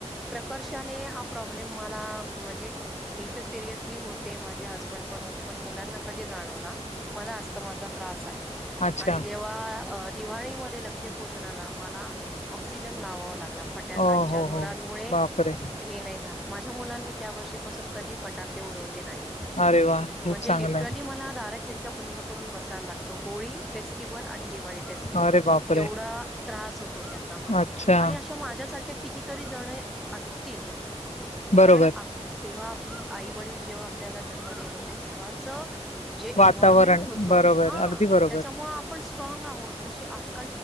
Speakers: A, in the centre; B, on the left (about 75°).
A: प्रकर्षाने हा प्रॉब्लेम मला म्हणजे. मी तर सिरियसली होते माझे हसबंड पण होते. पण मुलांना कधी जाणवला मला अस्तमाचा त्रास आहे
B: अच्छा
A: आणि जेव्हा. अ दिवाळीमध्ये लक्ष्मीपूजनाला मला ऑक्सिजन लावावा लागला. फटाकांच्या
B: हो हो
A: धुरांमुळे.
B: हो बापरे
A: हे नाही झालं माझ्या मुलांनी त्या वर्षीपासून कधी फटाके उडवले नाही.
B: अरे वा. खूप
A: म्हणजे
B: चांगलंय
A: लिटरली मला दार खिडक्या बंद करून बसायला लागतो होळी फेस''--'' फेस्टिवल आणि दिवाळी फेस्टिवल.
B: अरे बापरे
A: एवढा त्रास होतो त्याचा मला
B: अच्छा
A: आणि अशा माझ्यासारख्या. कितीतरी जण असतील
B: बरोबर
A: कारण आप''--'' तेव्हा आपली आई वडील जेव्हा आपल्याला जन्म देत होते तेव्हाच. जे
B: वातावरण
A: एन्वयरमेंट होत
B: बरोबर
A: हा
B: अगदी बरोबर
A: त्याच्यामुळे आपण स्ट्रांग आहोत तशी आज.